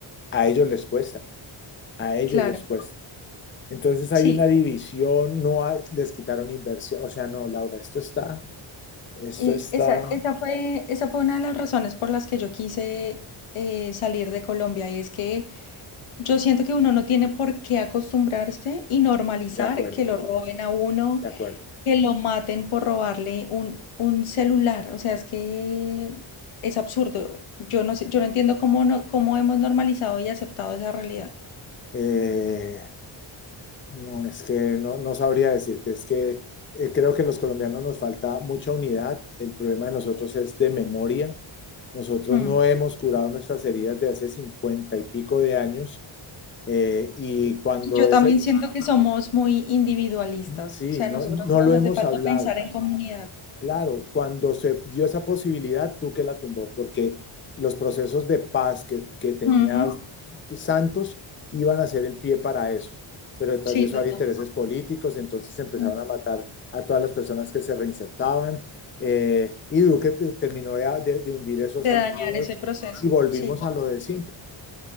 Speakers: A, on the left; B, on the left.
A: a ellos les cuesta, a ellos
B: Claro,
A: les cuesta. Entonces
B: sí.
A: hay una división, no hay- les quitaron inversión, o sea, no, Laura, esto está, esto
B: Y
A: está,
B: esa, esa fue, esa fue una de las razones por las que yo quise eh, salir de Colombia. Y es que yo siento que uno no tiene por qué acostumbrarse y normalizar
A: de acuerdo,
B: que lo roben a uno,
A: de acuerdo,
B: que lo maten por robarle un, un celular. O sea,
A: de
B: es
A: acuerdo.
B: que es absurdo. Yo no sé, yo no entiendo cómo, no, cómo hemos normalizado y aceptado esa realidad.
A: Eh, No, es que no, no sabría decirte, es que eh, creo que los colombianos nos falta mucha unidad, el problema de nosotros es de memoria, nosotros
B: Hmm.
A: no hemos curado nuestras heridas de hace cincuenta y pico de años eh, y cuando
B: Yo también
A: ese,
B: siento que somos muy individualistas,
A: sí,
B: o sea,
A: no,
B: a nosotros
A: no
B: nos
A: lo hemos
B: hace falta
A: hablado,
B: pensar en comunidad.
A: Claro, cuando se dio esa posibilidad, Duque la tumbó, porque los procesos de paz que, que tenía
B: Ujú,
A: Santos iban a ser el pie para eso. Pero detrás
B: Sí,
A: de eso
B: total.
A: había intereses políticos, entonces empezaron
B: mm,
A: a matar a todas las personas que se reinsertaban. eh, y Duque te- terminó de, de- de hundir esos
B: De
A: acuerdos
B: dañar ese proceso.
A: y volvimos
B: Sí, total.
A: a lo de siempre.